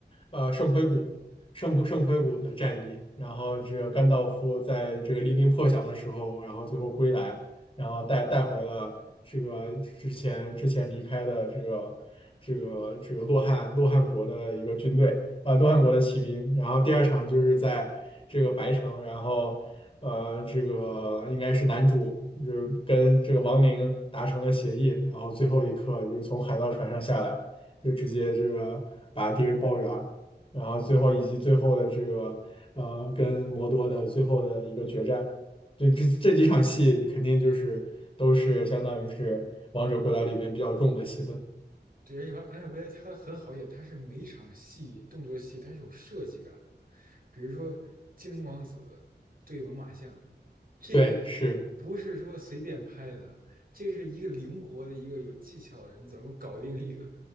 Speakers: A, on the left (about 30°); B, on the right (about 55°).
A: 呃，圣盔谷，圣圣盔谷的战役，然后这个甘道夫在这个黎明破晓的时候，然后最后归来，然后带带回了这个之前之前离开的这个这个这个洛汗洛汗国的一个军队。呃东汉国的骑兵，然后第二场就是在这个白城，然后呃这个应该是男主就是跟这个王灵达成了协议，然后最后一刻就是从海盗船上下来，就直接这个把敌人包圆儿，然后最后以及最后的这个呃跟摩多的最后的一个决战，就这这几场戏肯定就是都是相当于是王者归来里边比较重的戏份，
B: 对，而且《王王者归来》它很好演，它是每一场戏动作戏它是有设计感的，比如说精灵王子对猛犸象，这个
A: 对，是
B: 不是说随便拍的，这是一个灵活的一个有技巧的人怎么搞定一个